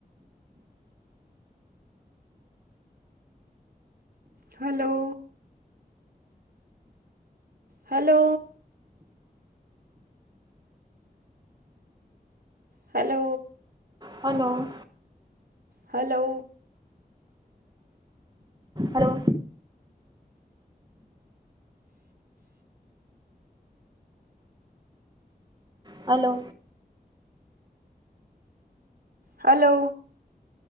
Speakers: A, on the right (about 65°); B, on the right (about 25°).
A: Hello. Hello. Hello
B: Hello
A: hello
B: hello hello
A: hello